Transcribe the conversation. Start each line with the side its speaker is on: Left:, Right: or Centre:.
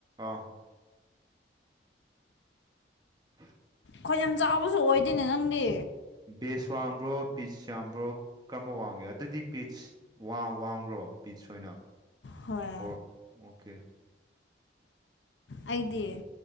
Right: ꯑꯥ <unintelligible>
Left: ꯈ‌ꯣꯟ ꯌꯥꯝ ꯆꯥꯎꯕꯁꯨ ꯑꯣꯏꯗꯦꯅꯦ ꯅꯪꯗꯤ
Right: ꯕꯦꯁ ꯋꯥꯡꯕ꯭ꯔꯣ ꯄꯤꯖ ꯌꯥꯝꯕ꯭ꯔꯣ ꯀꯔꯝꯕ ꯋꯥꯡꯒꯦ ꯑꯗꯨꯗꯤ ꯄꯤ꯭ꯠꯁ ꯋꯥꯡꯕ꯭ꯔꯣ ꯄꯤꯁ ꯑꯣꯏꯅ
Left: ꯍꯣꯏ
Right: ꯑꯣꯔ ꯑꯣꯀꯦ
Left: ꯑꯩꯗꯤ